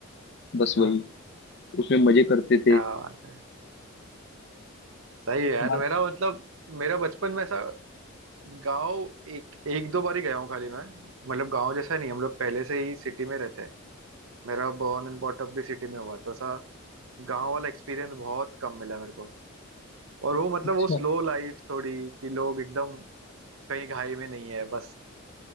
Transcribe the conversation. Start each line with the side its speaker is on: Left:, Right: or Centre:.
Left: बस
Right: हाँ
Left: वही उसमें मजे करते थे
Right: क्या बात है सही है यार
Left: बात-
Right: मेरा मतलब मेरा बचपन में ऐसा गांव एक एक दो बार ही गया हूँ खाली मैं मतलब गांव जैसा नहीं हम लोग पहले से ही सिटी में रहते हैं मेरा बॉर्न एंड बॉट अप भी सिटी में हुआ तो ऐसा गांव वाला एक्सपीरियंस बहुत कम मिला मेरे को और वो मतलब
Left: अच्छा
Right: वो स्लो लाइफ थोड़ी कि लोग एकदम कहीं घाई में नहीं है बस